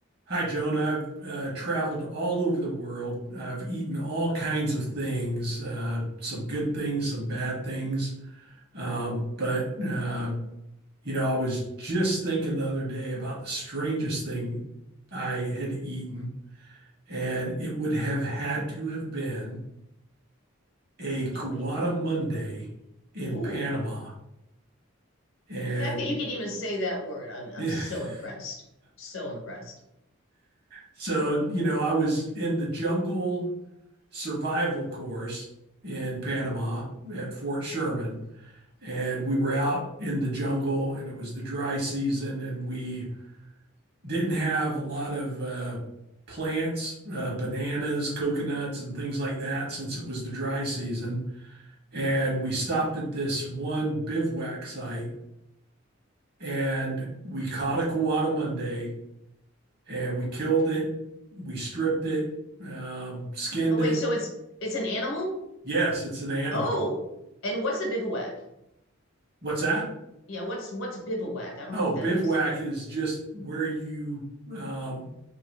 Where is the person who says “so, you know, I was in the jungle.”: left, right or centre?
Right